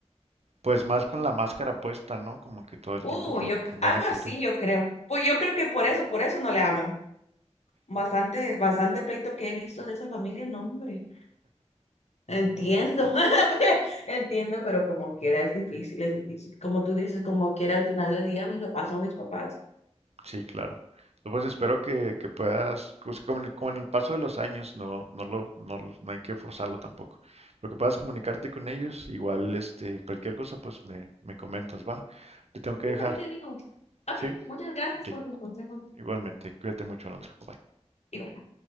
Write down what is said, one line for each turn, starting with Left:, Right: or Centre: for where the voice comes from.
Right: Pues más con la máscara puesta, ¿no? Como que todo el
Left: Uh,
Right: tiempo con,
Left: yo,
Right: con buena
Left: algo
Right: actitud.
Left: así yo creo. Pues yo creo que por eso, por eso no le hablan. Bastante, bastante pleito que he visto de esa familia, no, hombre. Entiendo, <laughs> entiendo, pero como quiera es difícil, es difícil. Como tú dices, como quiera al final del día, mis papás son mis papás.
Right: Sí, claro. No, Pues espero que, que puedas, pues, con el, con el paso de los años, no, no lo, no, lo- no hay que forzarlo tampoco. Pero que puedas comunicarte con ellos, igual este, cualquier cosa, pues me, me comentas, va. Te tengo que
Left: Sí,
Right: dejar.
Left: ahí te digo. Ok,
Right: Sí,
Left: muchas gracias
Right: ok.
Left: por tus consejos.
Right: Igualmente, cuídate mucho, Alondra. Bye.
Left: Igual.